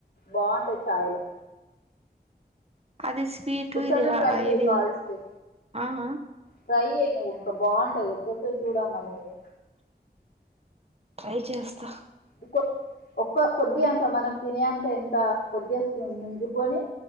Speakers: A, on the left (about 70°); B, on the right (about 35°).
A: బాగుంటది చాయ్లో.
B: అది స్వీటు
A: ఒకసారి
B: ఇది
A: నువ్వు
B: హా
A: ట్రై చెయ్
B: ఇది
A: కాలిస్తే
B: ఆహ
A: ట్రై చెయ్యి నువ్వు ఇంకా బాగుంటది, ఒక్కసారి చూడమా నువ్వు.
B: ట్రై చేస్తా.
A: ఒక ఒక్క కొద్ది అంత మనం తినే అంత ఎంత కొద్దిగా స్పూన్ ముంజుకొని